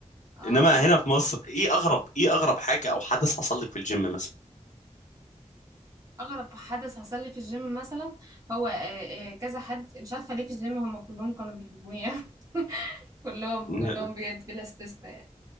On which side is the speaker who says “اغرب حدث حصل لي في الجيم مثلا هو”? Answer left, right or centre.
Right